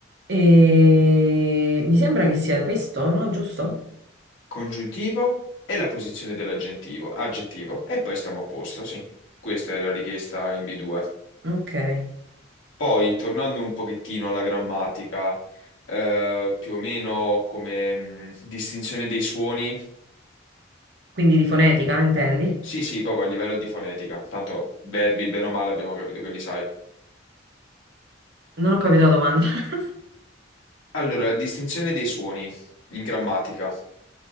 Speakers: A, on the right (about 60°); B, on the left (about 80°).
A: E... Mi sembra che sia questo, no? Giusto?
B: Congiuntivo e la posizione dell'aggettivo. Aggettivo. E poi stiamo a posto, sì. Questa è la richiesta in B2.
A: Ok.
B: Poi, tornando un pochettino alla grammatica, eh, più o meno come mh, distinzione dei suoni,
A: Quindi di fonetica, intendi?
B: sì, sì, proprio a livello di fonetica, tanto verbi, bene o male, abbiamo capito che li sai.
A: Non ho capito la domanda. <laughs>
B: Allora, la distinzione dei suoni in grammatica,